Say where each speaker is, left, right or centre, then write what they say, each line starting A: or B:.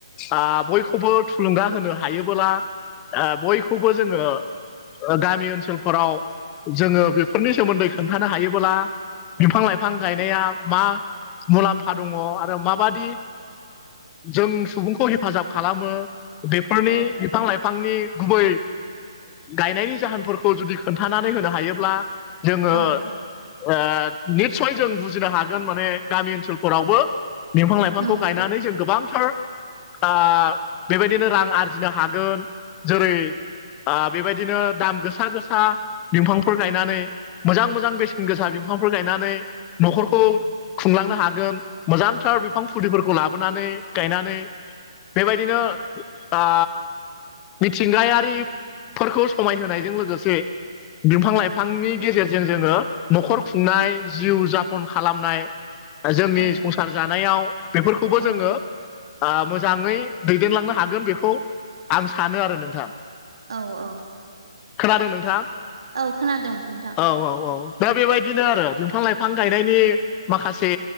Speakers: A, on the left; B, on the right.
A: आ बयखौ खौबो थुलुंगा होनो हायोबोला ओ बयखौबो जोङो गामि ओनसोलफोराव जोङो बेफोरनि सोमोनदै खोनथानो हायोबोला बिफां लाइफां गायनाया मा मुलाम्फा दङ आरो माबादि जों सुबुंखौ हेफाजाब खालामो बेफोरनि
B: औ
A: बिफां लाइफा फांनि गुबै गायनायनि जाहोनफोरखौ जुदि खोन्थानानै होनो हायोब्ला जोङो
B: औ
A: आ निसय जों बुजिनो हागोन माने गामि ओनसोलफोरावबो बिफां लाइफांखौ
B: उम
A: गायनानै जों गोबांथार आ बेबायदिनो रां आरजिनो हागोन जेरै बेबायदिनो दाम गोसा गोसा बिफांफोर गायनानै मोजां मोजां बेसेन गोसा बिफांफोर गायनानै न'खरखौ खुंलांनो हागोन मोजांथार बिफां फुलिफोरखौ लाबोनानै गायनानै बेबायदिनो आ मिथिंगायारिफोरखौ समायहोनायजों लोगोसे बिफां लाइफांनि गेजेरजों जोङो न'खर खुंनाय जिउ जापन खालामनाय जोंनि
B: औ
A: संसार जानायाव बेफोरखौबो
B: औ
A: जोङो मोजाङै दैदेनलांनो हागोन बेखौ आं सानो आरो नोंथां
B: औ-औ
A: खोनादों नोंथां
B: औ खोनादों नोंथां
A: औ-औ-औ दा
B: औ
A: बेबायदिनो आरो बिफां लाइफां गायनायनि माखासे